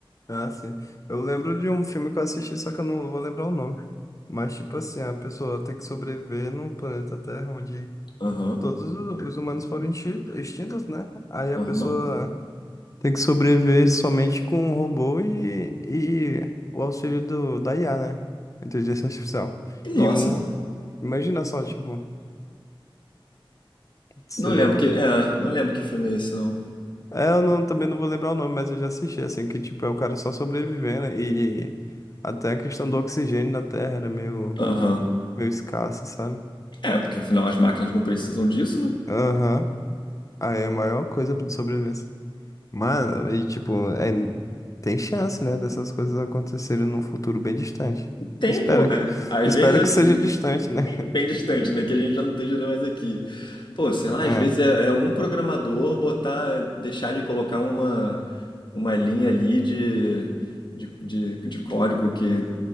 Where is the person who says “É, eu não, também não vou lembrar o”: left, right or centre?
Left